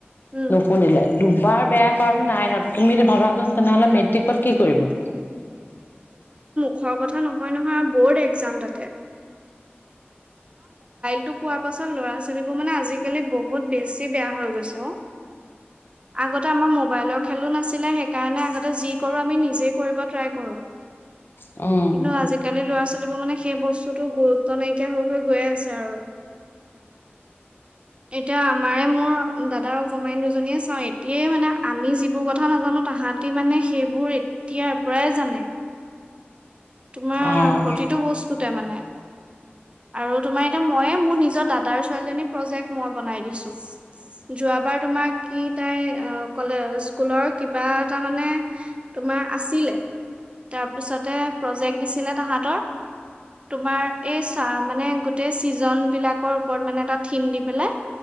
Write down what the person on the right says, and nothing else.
উম,
খোৱা কথা নহয় নহয় আৰু বৰ্ড একজাম তাতে। পোৱা পাছত ল'ৰা ছোৱালীবোৰ মানে আজিকালি বহুত বেছি বেয়া হৈ গৈছ অ আগতে আমাৰ মোবাইলৰ খেলো নাছিলে সেইকাৰণে আগতে যি কৰো আমি নিজে কৰিব ট্ৰাই কৰো।
কিন্তু আজিকালি ল'ৰা ছোৱালী। ছোৱালীবোৰ মানে সেই বস্তুতো গুৰুত্ব নাই। গুৰুত্ব নাইকীয়া হৈ হৈ গৈয়ে আছে আৰু। এতিয়া আমাৰে মোৰ। দাদা আৰু অকমানী দুজনীয়ে চাও এতিয়াই মানে আমি যিবোৰ কথা নাজানো তাহাতি মানে সেইবোৰ এতিয়াৰ। প্ৰায় জানে। তোমাৰ
প্ৰতিটো বস্তু। মানে। আৰু তোমাৰ এতিয়া মইে মোৰ নিজৰ দাদাৰ। ছোৱালীজনীৰ প্ৰজেক্ট মই বনাই দিছো যোৱাবাৰ তোমাৰ কি তাই অ ক'লে স্কুলৰ কিবা এটা মানে তোমাৰ আছিলে তাৰ পিছতে। প্ৰজেক্ট দিছিলে তাহাঁতৰ। তোমাৰ এই চা মানে গোটেই চিজন বিলাকৰ ওপৰত মানে এটা থিম দি পেলাই।